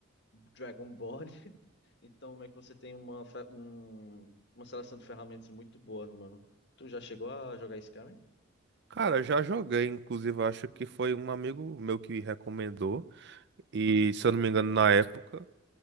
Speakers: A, on the left; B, on the right.
A: Dragonborn. <laughs> Então, meio que você tem uma, fe- um- uma seleção de ferramentas muito boas, mano. Tu já chegou a jogar Skyrim?
B: Cara, eu já joguei, inclusive acho que foi um amigo meu que recomendou, e se eu não me engano, na época.